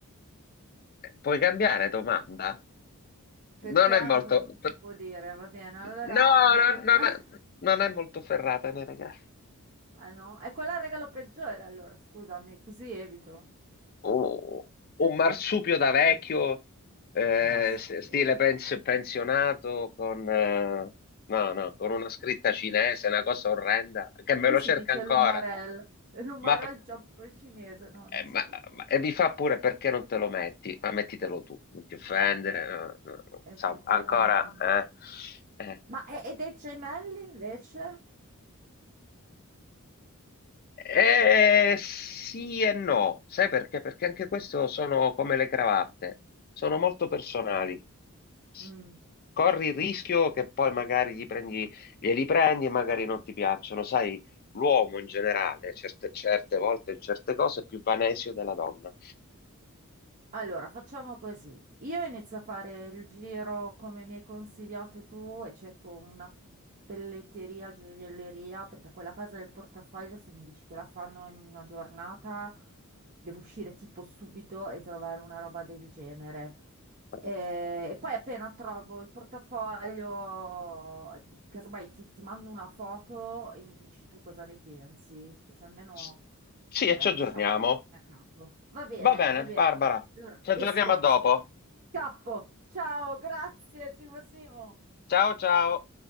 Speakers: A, on the left (about 45°); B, on the right (about 40°).
A: eh, puoi cambiare domanda?
B: Perché
A: Non è
B: è
A: molto...
B: una cosa che non
A: per-
B: si può dire, va bene, allora
A: No,
B: non
A: no,
B: lo...
A: non
B: <laughs>
A: è, non è molto ferrata, né, ragazzi.
B: Ah no, è quello il regalo peggiore allora, scusami, così evito.
A: O- Un marsupio da vecchio, eh,
B: Ma subito.
A: s- stile pens- pensionato, con, eh, no, no, con una scritta cinese, una cosa orrenda, che me
B: Qui
A: lo
B: si
A: cerca
B: dice
A: ancora.
B: l'umarel, l'umarel
A: Ma, p-
B: giappo cinese, no,
A: eh,
B: non
A: ma-
B: si può fare.
A: ma- e mi fa pure perché non te lo metti? Ma mettitelo tu, non ti offendere.
B: No, eh, eff-
A: no, no, no. no."
B: effettivamente.
A: Insomma, ancora... eh, eh.
B: Ma e, e dei gemelli invece?
A: Eh, sì e no, sai perché? Perché anche questo sono come le cravatte, sono molto personali. S-
B: Mm.
A: Corri il rischio che poi magari gli prendi, glieli prendi e magari non ti piacciono. Sai, l'uomo in generale, certe, certe volte in certe cose, è più vanesio della donna.
B: Allora, facciamo così. Io inizio a fare il giro come mi hai consigliato tu e cerco una pelletteria, gioielleria, perché quella cosa del portafoglio, se mi dici che la fanno in una giornata, devo uscire tipo subito e trovare una roba del genere.
A: Eh,
B: Eh, E poi appena trovo il portafoglio, casomai ti, ti mando una foto e mi dici tu cosa ne pensi, così almeno
A: s- Sì, e
B: eh,
A: ci aggiorniamo.
B: riusciamo a capo. Va bene,
A: Va bene,
B: va bene.
A: Barbara,
B: Allora,
A: ci aggiorniamo
B: esco,
A: a dopo.
B: scappo. Ciao, grazie, Simo Simo.
A: Ciao ciao.